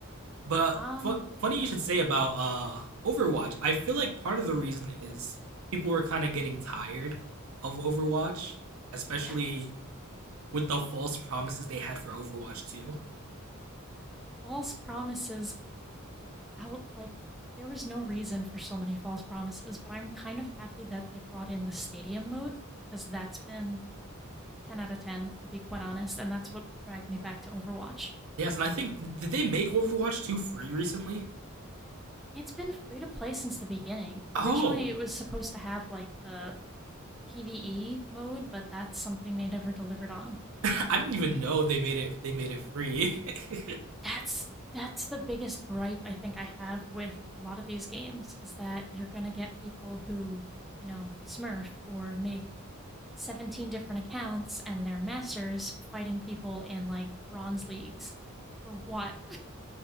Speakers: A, on the right; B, in the centre.
A: But
B: Um,
A: fu- funny you should say about uh Overwatch. I feel like part of the reason is people were kind of getting tired of Overwatch, especially
B: yes.
A: with the false promises they had for Overwatch 2.
B: False promises out like there was no reason for so many false promises, but I'm kind of happy that they brought in the stadium mode because that's been 10 out of 10 to be quite honest, and that's what dragged me back to Overwatch.
A: Yes, and I think did they make Overwatch 2 free recently?
B: It's been free to play since the beginning. Originally,
A: Oh,
B: it was supposed to have like the the PvE mode, but that's something they never delivered on.
A: <laughs> I didn't even know they made it they made it free. <laughs>
B: That's that's the biggest gripe I think I have with a lot of these games is that you're going to get people who, you know, smurf or make 17 different accounts and they're masters fighting people in like bronze leagues. For what?